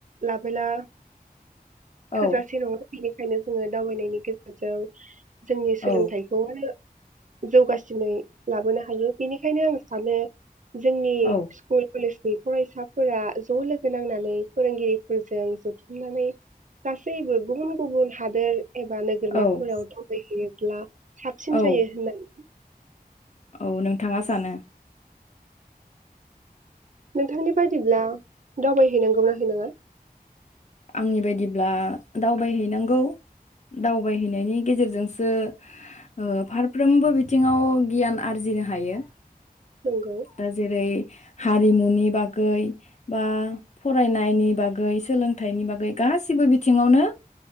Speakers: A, on the right; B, on the left.
A: लाबोला
B: औ
A: थोजासे नङा बेनिखायनो जोङो दावबायनायनि गेजेरजों जोंनि
B: औ
A: सोलोंथाइखौ आरो जौगासिनै लाबोनो हायो बेनिखायनो आं सानो जोंनि
B: औ
A: स्कुल कलेज बे फरायसाफोरा ज' लोगो नांनानै फोरोंगिरिफोरजों जथुमनानै गासैबो गुबुन गुबुन हादोर एबा नोगोरमाफोराव
B: औ
A: दावबायहैयो। ला साबसिन
B: औ
A: जायो होननान
B: औ नोंथाङा सानो?
A: नोंथांनि बायदिब्ला दावबायहैनांगौना हैनाङा?
B: आंनि बायदिब्ला दावबायहैनांगौ दावबायहैनायनि गेजेरजोंसो ओ फारफ्रोमबो बिथिङाव गियान आरजिनो हायो।
A: नंगौ
B: दा जेरै हारिमुनि बागै बा फरायनायनि बागै सोलोंथाइनि बागै गासिब्बो बिथिङावनो